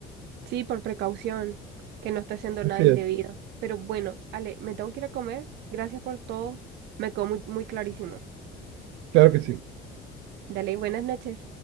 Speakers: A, on the right; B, on the right.
A: Sí, por precaución, que no esté haciendo
B: así
A: nada indebido.
B: es,
A: Pero bueno, Ale, me tengo que ir a comer, gracias por todo, me quedó muy, muy clarísimo.
B: claro que sí.
A: Dale, buenas noches.